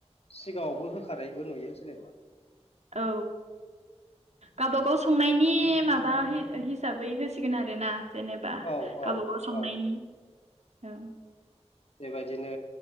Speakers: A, on the left; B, on the right.
A: सिगाङावबो होखारानायबो नुयो <inaudible>
B: औ गाबा गाव संनायनि माबा हिसाबै होसिगोन आरो ना जेनेबा
A: औ औ
B: गावबागाव संनायनि
A: औ
B: औ
A: बेबायदिनो